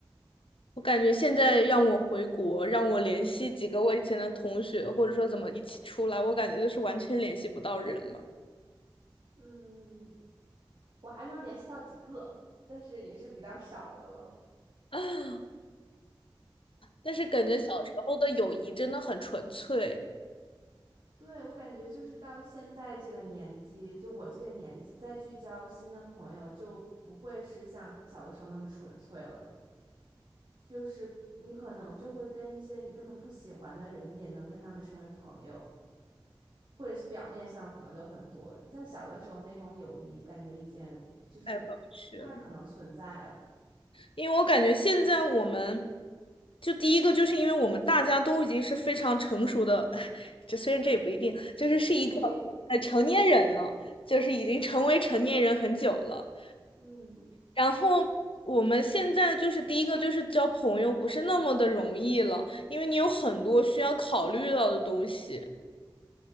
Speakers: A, on the left (about 75°); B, on the right (about 55°).
A: 我感觉现在让我回国，让我联系几个我以前的同学，或者说怎么一起出来，我感觉就是完全联系不到人了。
B: 嗯，我还能联系到几个，但是也是比较少的了。
A: <laughs> 但是感觉小时候的友谊真的很纯粹，
B: 嗯。对，我感觉就是到现在这个年纪，就我这个年纪再去交新的朋友，就不会是像小的时候那么纯粹了。就是你可能就会跟一些你根本不喜欢的人，你也能跟他们成为朋友，或者是表面上的朋友都很多。像小的时候那种友谊，感觉已经就是
A: 太回不去了。
B: 不太可能存在了。
A: 因为我感觉现在我们，就第一个就是因为我们大家都已经是非常成熟的，哎，这虽然这也不一定，就是是一个呃成年人了，
B: <laughs>
A: 就是已经成为成年人很久了。
B: 嗯，
A: 然后我们现在就是第一个就是交朋友不是那么的容易了，因为你有很多需要考虑到的东西，